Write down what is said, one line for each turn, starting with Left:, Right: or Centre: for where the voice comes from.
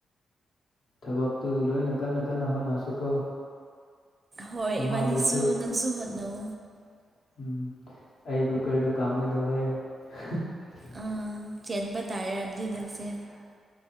Left: ꯊꯕꯛꯇꯨ ꯂꯣꯏꯅ ꯀꯟꯅ ꯀꯟꯅ ꯍꯣꯠꯅꯁꯤꯀꯣ
Right: ꯍꯣꯏ
Left: ꯑꯃꯗꯨꯁꯨ
Right: ꯏꯕꯥꯅꯤꯁꯨ
Left: ꯍꯣꯏ ꯏꯕꯥꯅꯤꯁꯨ
Right: ꯍꯣꯠꯅꯧ
Left: ꯅꯪꯁꯨ ꯍꯣꯠꯅꯧꯋꯣ ꯎꯝ ꯑꯩ ꯀꯨꯀꯔꯗꯨ ꯀꯥꯝꯒꯗꯧꯔꯦ ꯍ ꯑ
Right: ꯑꯥ ꯆꯦꯟꯕ
Left: ꯍꯦꯟꯕ
Right: ꯑꯗꯨꯗꯤ
Left: ꯇꯥꯔꯦ ꯑꯗꯨꯒꯤ
Right: ꯅꯪꯁꯦ
Left: ꯃꯇꯨꯡ